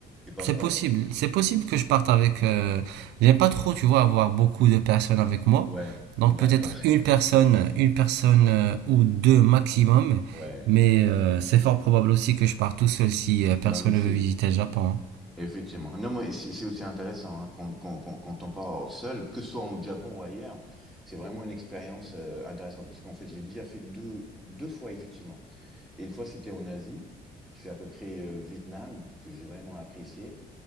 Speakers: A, in the centre; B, on the right (about 85°).
A: Et pas
B: C'est
A: encore.
B: possible, c'est possible que je parte avec. euh, J'aime pas trop, tu vois, avoir beaucoup de personnes avec moi.
A: Ouais.
B: Donc
A: D'accord.
B: peut-être une personne, une personne euh, ou deux maximum.
A: <laughs> Ouais.
B: Mais euh, c'est fort probable aussi que je parte tout seul si euh, personne
A: Non, mais c'est
B: ne veut visiter le Japon. hein.
A: Effectivement. Non, mais c'est c'est aussi intéressant hein, quand, quand, quand, quand on part seul, que ce soit au Japon ou ailleurs, c'est vraiment une expérience euh, intéressante. Parce qu'en fait, j'ai déjà fait deux, deux fois, effectivement. Et une fois, c'était en Asie. Je suis à peu près euh, le Vietnam, que j'ai vraiment apprécié.